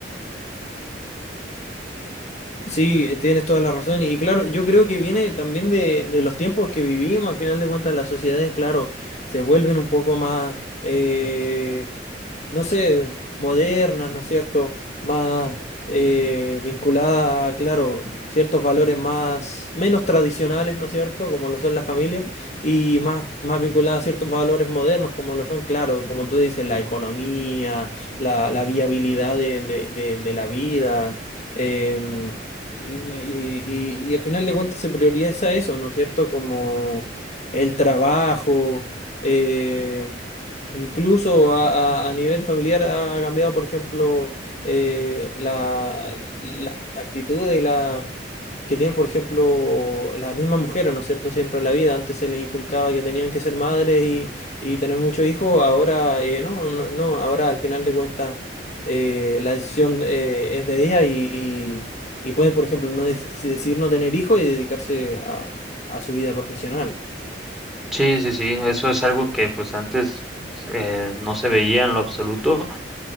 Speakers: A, on the left (about 40°); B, in the centre.
A: Sí, eh, tienes toda la razón. Y claro, yo creo que viene también de, de los tiempos que vivimos. Al final de cuentas, las sociedades, claro, se vuelven un poco más... eh, no sé, modernas, ¿no es cierto? Más eh, vinculadas a, claro, ciertos valores más, menos tradicionales, ¿no es cierto? Como lo son las familias, y más, más vinculadas a ciertos valores modernos, como lo son, claro, como tú dices, la economía, la, la viabilidad de, de, de, de la vida. em, y, y, y y al final de cuentas se prioriza eso, ¿no es cierto? Como el trabajo. eh, Incluso a, a- a nivel familiar ha cambiado, por ejemplo, eh, la- las actitudes la, que tienen, por ejemplo, las mismas mujeres, ¿no es cierto? Siempre en la vida. Antes se les inculcaba que tenían que ser madres y, y tener muchos hijos. Ahora, eh, no, no, no. Ahora, al final de cuentas, eh, la decisión eh, es de ellas y, y, y pueden, por ejemplo, no des- decidir no tener hijos y dedicarse a, a su vida profesional.
B: Sí, sí, sí, eso es algo que pues antes eh, no se veía en lo absoluto.